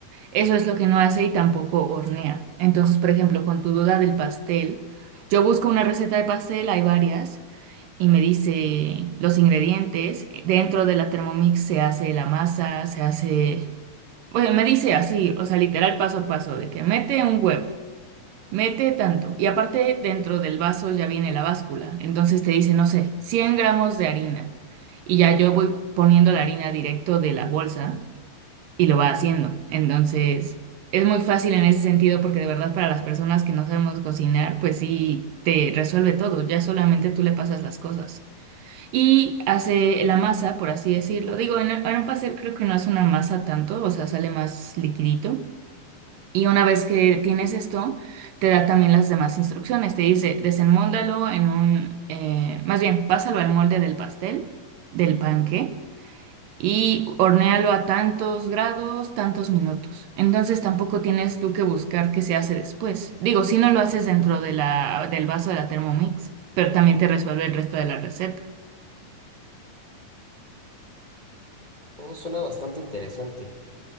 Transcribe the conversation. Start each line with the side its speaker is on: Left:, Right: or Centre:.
Right: Eso es lo que no hace y tampoco hornea. Entonces, por ejemplo, con tu duda del pastel, yo busco una receta de pastel, hay varias, y me dice los ingredientes. Dentro de la Thermomix se hace la masa, se hace pues me dice así, o sea, literal paso a paso, de que mete un huevo, mete tanto. Y aparte, dentro del vaso ya viene la báscula. Entonces te dice, no sé, 100 gramos de harina. Y ya yo voy poniendo la harina directo de la bolsa y lo va haciendo. Entonces, es muy fácil en ese sentido porque de verdad para las personas que no sabemos cocinar, pues sí, te resuelve todo. Ya solamente tú le pasas las cosas. Y hace la masa, por así decirlo. Digo, en, en un pastel creo que no hace una masa tanto, o sea, sale más liquidito. Y una vez que tienes esto, te da también las demás instrucciones. Te dice, desenmóldalo en un, eh, más bien, pásalo al molde del pastel, del panque, y hornéalo a tantos grados, tantos minutos. Entonces tampoco tienes tú que buscar qué se hace después. Digo, si no lo haces dentro de la, del vaso de la Thermomix, pero también te resuelve el resto de la receta.
Left: Todo suena bastante interesante.